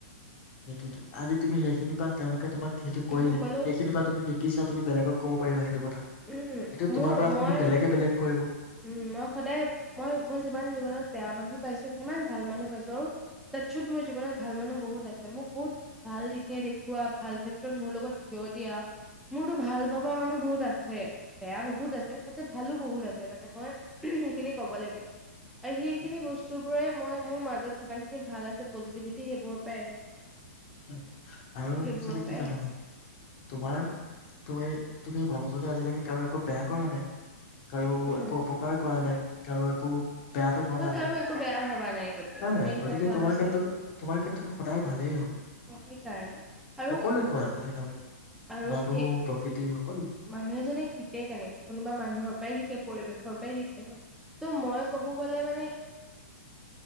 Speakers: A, on the left (about 45°); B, in the centre.
A: সেইটোতটো আজি তুমি সেইখিনি বা তেওঁলোকে তোমাক সেইটো কৰিলে
B: মই সকলো
A: সেইখিনি তুমি শিকিছা তুমি বেলেগক ক'ব পাৰিবাটো। সেইটো
B: উম মোৰ
A: তোমাৰ পৰা
B: মই
A: শুনি বেলেগে বেলেগ কৰিব
B: উম, মই সদায় মই- মই যিমান জীৱনত বেয়া মানুহ পাইছো সিমান ভাল মানুহ পাইছো আৰু <unintelligible> মোৰ জীৱনত ভাল মানুহ বহুত আছে মোক বহুত ভাল দিশে দেখুওুৱা ভাল ক্ষেত্ৰত মোৰ লগত থিয় দিয়া মোৰো ভাল ভবা মানুহ বহুত আছে বেয়া বহুত আছে তাতে ভালো বহুত আছে। মানে মই সেইখিনি কব লাগিব আৰু সেইখিনি
A: হয়
B: বস্তু বোৰে মই মোৰ মাজত যিমান খিনি ভাল আছে পজিটিভিটি সেইবোৰৰ পৰাই আহিছে।
A: হয় আৰু
B: সেইবোৰৰ
A: একচেলি
B: পৰাই
A: কি জানা,
B: আহিছে
A: হয় তোমাৰ তুমি তুমি মানুহজনে আজিলৈকে কাৰো একো বেয়া কৰা নাই। কাৰো
B: উম,
A: একো অপকাৰ কৰা নাই। কৰো একো বেয়াাতটো ভবা
B: মই কাৰো
A: নাই
B: একো বেয়া ভাবা নাই কেতিয়াও
A: হয়নে',
B: মেইন
A: গতিকে
B: কথা হৈছে
A: তোমাৰ ক্ষেত্ৰতো, তোমাৰ ক্ষেত্ৰতো সদায় ভালেই হব।
B: অ', সেইকাৰণে আৰু
A: সকলোৱে তোমাৰ আপোনে ন
B: আৰু
A: মানুহ
B: সেই
A: প্ৰকৃতি। সকলো
B: মানুহ এজনে শিকে কেনেকে কোনোবা মানুহৰ পৰাই শিকে, পৰিবেশ ঘৰ পৰাই শিকে ন? ত', মই ক'ব গ'লে মানে